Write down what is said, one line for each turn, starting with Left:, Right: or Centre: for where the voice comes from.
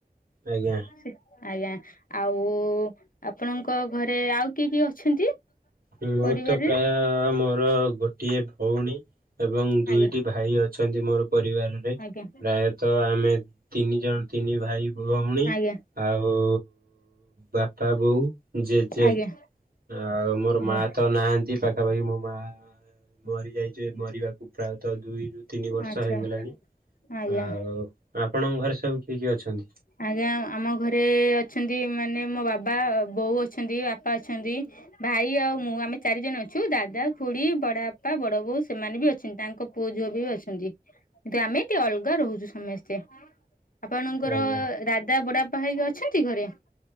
Right: ଆଜ୍ଞା।
Left: ସେ ଆଜ୍ଞା ଆଉ ଆପଣଙ୍କ ଘରେ ଆଉ କିଏ କିଏ ଅଛନ୍ତି?
Right: ମୋର
Left: ପରିବାରରେ
Right: ତ ପ୍ରାୟ ମୋର ଗୋଟିଏ ଭଉଣୀ ଏବଂ ଦୁଇଟି
Left: ଆଜ୍ଞା
Right: ଭା ଭାଇ ଅଛନ୍ତି ମୋର ପରିବାରରେ ପ୍ରାୟତଃ
Left: ଆଜ୍ଞା
Right: ଆମେ ତିନି ଜଣ ତିନି ଭାଇ। ଭଉଣୀ
Left: ଆଜ୍ଞା
Right: ଆଉ ବାପା, ବୋଉ, ଜେଜେ।
Left: ଆଜ୍ଞା
Right: ଆଉ ମୋର
Left: ଆଜ୍ଞା
Right: ମା ତ ନାହାନ୍ତି ପା ପାଖାପାଖି ମୋ ମା ମରିଯାଇଚି ମରିବାକୁ ପ୍ରାୟତଃ ଦୁଇରୁ ତିନି ବର୍ଷ
Left: ଆଚ୍ଛା
Right: ହେଇଗଲାଣି
Left: ଆଜ୍ଞା।
Right: ଆଉ ଆପଣଙ୍କ ଘରେ ସବୁ କିଏ କିଏ ଅଛନ୍ତି?
Left: ଆଜ୍ଞା ଆମ ଘରେ ଅଛନ୍ତି ମାନେ ମୋ ବାବା ବୋଉ ଅଛନ୍ତି ବାପା ଅଛନ୍ତି। ଭାଇ ଆଉ ମୁଁ ଆମେ ଚାରି ଜଣ ଅଛୁ ଦାଦା ଖୁଡି ବଡବାପା ବଡ ବୋଉ ସେମାନେ ବି ଅ ଛି ତାଙ୍କ ପୁଅ ଝିଅ ବି ଅଛନ୍ତି କିନ୍ତୁ ଆମେ ଟି ଅଲଗା ରହୁଚୁ ସମେସ୍ତେ। ଆପଣଙ୍କର
Right: ଆଜ୍ଞା
Left: ଦାଦା ବଡବାପା ହଇକା ଅଛନ୍ତି ଘରେ?